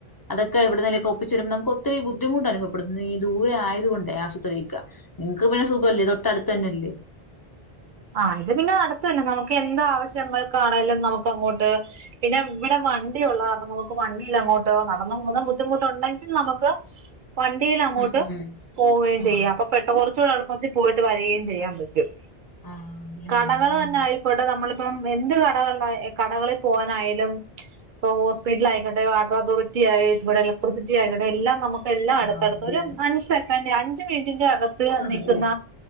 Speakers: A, on the left; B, on the right.
A: അതൊക്കെ എവിടുന്നന്നേക്ക് ഒപ്പിച്ച വരുമ്പോ നമുക്ക് ഒത്തിരി ബുദ്ധിമുട്ട് അനുഭവപ്പെടുന്നു ഈ ദൂര ആയത കൊൊണ്ട് ആശുപത്രിയിരിക്കക്ക നിങ്ങക്ക് പിന്നെ സുഖംല്ലേ തൊട്ടടുത്ത് തന്നെല്ലേ
B: ആ ഇത് പിന്നെ അടുത്തന്നെ നമുക്ക് എന്ത് ആവശ്യങ്ങൾക്കാണേങ്കലും നമുക്ക് അങ്ങോട്ട് പിന്നെ ഇവിടെ വണ്ടി ഉള്ള കണം നമുക്ക് വണ്ടിൽ അങ്ങോട്ടോ നടന്ന പോകുന്ന ബുദ്ധിമുട്ടുണ്ടെങ്കിൽ നമുക്ക് വണ്ടിയിൽ അങ്ങോട്ട്
A: ഉം ഉം
B: പോവുകയും
A: ആഹ്
B: ചെയ്യാം അപ്പൊ പെട്ട കുറച്ചുകൂടെ പത്തി പോയിട്ട് വരകയും ചെയ്യാൻ പറ്റും
A: ആഹ് ല്ലേ
B: കടകൾ
A: ഉം
B: തന്നെ ആയിക്കോട്ടെ നമ്മളിപ്പം എന്ത് കടകളില കടകളിൽ പോവാനായാലും ഇപ്പ ഹോസ്പിറ്റൽ ആയിക്കോട്ടെ വാട്ടർ അതോറിറ്റി ആയി ഇ ഇലക്ട്രിസിറ്റി ആയിക്കോട്ടെ എല്ലാം നമുക്ക് എല്ലാം
A: ആഹ്
B: അടുത്തടുത്ത
A: അതെ
B: ഒരു അഞ്ച് സെക്കൻഡ് അ, ശബ്ദം ഒന്നും കേൾക്കുന്നില്ല ഇതിന്റെ അകത്ത്
A: ആണല്ലേ
B: നിൽക്കുന്ന